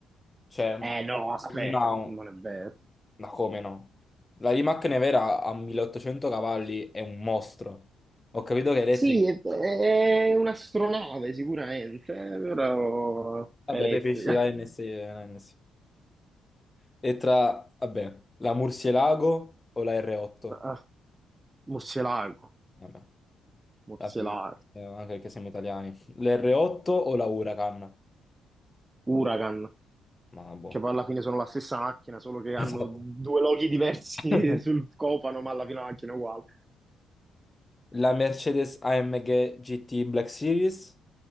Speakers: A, on the left (about 15°); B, on the right (about 15°).
A: Cioè,
B: Eh no, aspetta,
A: non ha un-
B: non è vero.
A: Ma come no? La Rimac Nevera a 1800 cavalli è un mostro. Ho capito che è elettrica.
B: Sì, è, è un'astronave sicuramente, eh, però
A: Vabbè,
B: è elettrica.
A: preferisci la NS, la NS. E tra, vabbè, la Murcielago o la R8?
B: Ah, Murcielago,
A: Vabbè,
B: Murcielago,
A: vabbè, eh, anche perché siamo italiani. L'R8 o la Huracan?
B: Huracan,
A: Ma boh.
B: che poi alla fine sono la stessa macchina, solo che hanno
A: Esatto.
B: due loghi diversi
A: <laughs>
B: <laughs> sul copano, ma alla fine la macchina è uguale.
A: La Mercedes AMG GT Black Series?